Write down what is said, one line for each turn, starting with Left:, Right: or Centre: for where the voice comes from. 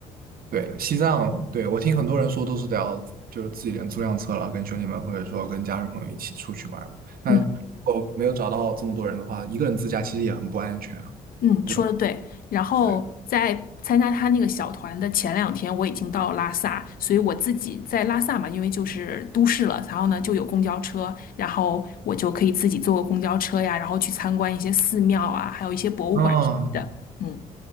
Right: 对，西藏，对，我听很多人说都是得要就是自己人租辆车了，跟兄弟们或者说跟家人朋友一起出去玩嘛。那我没有找到这么多人的话，
Left: 嗯。
Right: 一个人自驾其实也很不安全啊，
Left: 嗯，
Right: 对吧？
Left: 说的对。然后在参加他那个小团的前两天，
Right: 对，
Left: 我已经到拉萨，所以我自己在拉萨嘛，因为就是都市了，然后呢就有公交车，然后我就可以自己坐个公交车呀，然后去参观一些寺庙啊，还有一些博物馆什么的，
Right: 嗯，
Left: 嗯，